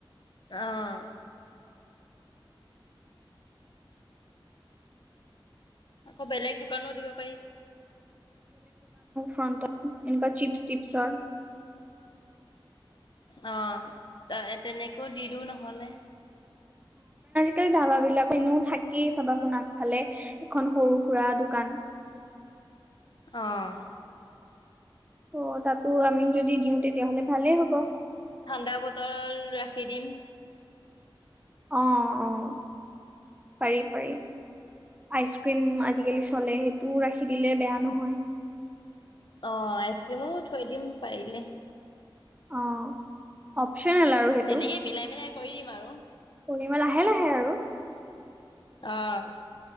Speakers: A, on the left (about 60°); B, on the right (about 15°).
A: অ', আকৌ বেলেগ দোক দোকানো দিব পাৰি।
B: ফ্ৰণ্টত এনেকুৱা চিপছ টিপছৰ
A: অ, এ- এত তেনেকৈও দি দিওঁ নহলে।
B: কেই ধাবাবিলাক এনো থাকেই চাবাচোন আগফালে এখন সৰু-সুৰা দোকান।
A: অ',
B: অ, তাতো আমিও যদি দিওঁ তেতিয়াহ'লে ভালেই হ'ব।
A: ঠাণ্ডা বটল ৰাখি দিম।
B: অ', অ', পাৰি-পাৰি আইচক্ৰীম আজিকালি চলে সেইটোও ৰাখি দিলে বেয়া নহয়।
A: অ, আইচক্ৰীমো থৈ দিম পাৰিলে।
B: অ, হ'ব অপচনেল আৰু সেইটো
A: তেনেকে মিলাই মিলাই কৰি দিম আৰু।
B: কৰিম আৰু লাহে-লাহে আৰু।
A: অ',